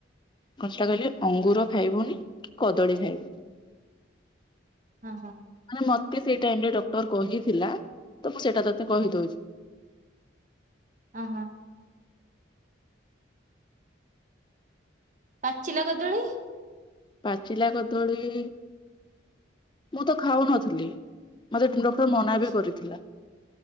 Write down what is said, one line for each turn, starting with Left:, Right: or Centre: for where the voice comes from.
Left: କଷ୍ଟା କଲେ ଅଙ୍ଗୁର ଖାଇବୁନି କି କଦଳୀ ଖାଇବୁନି।
Right: ହଁ ହଁ।
Left: ମାନେ ମତେ ସେଇଟା ଏବେ ଡକ୍ଟର କହିଥିଲା ତ ମୁଁ ସେଇଟା ତତେ କହିଦଉଛି।
Right: ଅଁ ହଁ ପାଚିଲା କଦଳୀ?
Left: ପାଚିଲା କଦଳୀ ମୁଁ ତ ଖାଉନଥିଲି ମୋତେ ଡକ ମୋତେ ମନା
Right: ଆଚ୍ଛା
Left: ବି କରିଥିଲା।